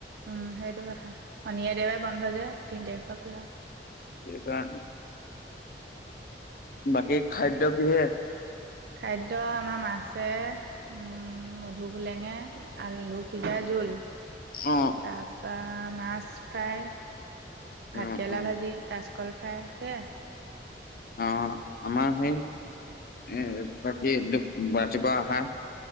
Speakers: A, on the right (about 65°); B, on the left (about 50°).
A: উম সেইটো কথা, শনিয়ে দেৱে বন্ধ যে তিন তাৰিখৰ পৰা খোলা।
B: বুলি কোৱা, বাকী খাদ্য কিহে
A: খাদ্য আমাৰ মাছে উম উম মধুসুলেঙে আলু সিজাই জোল।
B: অ।
A: তাৰপৰা মাছ ফ্ৰাই,
B: উম,
A: ভাতকেৰেলা
B: উম।
A: ভাজি, কাচ কলফাই সেয়া।
B: অ আমাৰ সেই এ বাকী ৰাতিপুৱা শা